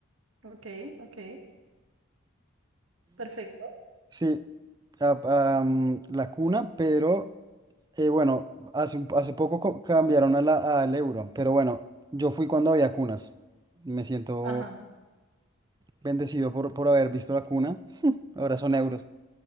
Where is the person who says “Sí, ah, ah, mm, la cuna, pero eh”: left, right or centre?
Right